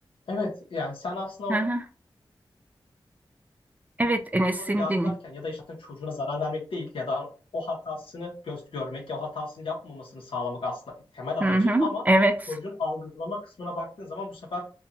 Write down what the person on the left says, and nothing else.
Evet yani sen aslında
orada
yargılarken
ya da işte çocuğuna zarar vermek değil ya da o hatasını göz görmek ya o hatasını yapmamasını sağlamak aslında temel amacın
ama
çocuğun algılama kısmına baktığın zaman bu sefer